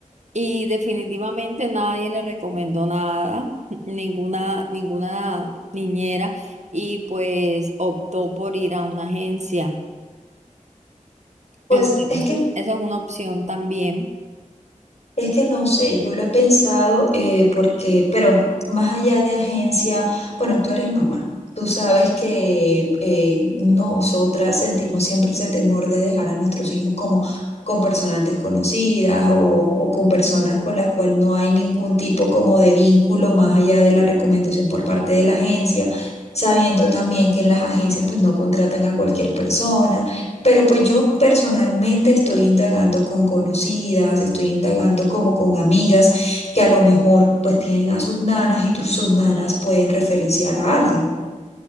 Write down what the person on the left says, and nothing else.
Pues
es que
Es que no sé, yo lo he pensado eh, porque, pero más allá de agencia, bueno, tú eres mamá. Tú sabes que eh, nosotras sentimos siempre ese temor de dejar a nuestros hijos como con personas desconocidas o, o con personas con las cuales no hay ningún tipo como de vínculo más allá de la recomendación por parte de la agencia, sabiendo también que en las agencias pues no contratan a cualquier persona. Pero pues yo personalmente estoy indagando con conocidas, estoy indagando como con amigas que a lo mejor pues tienen a sus nanas y tus, sus nanas pueden referenciar a alguien.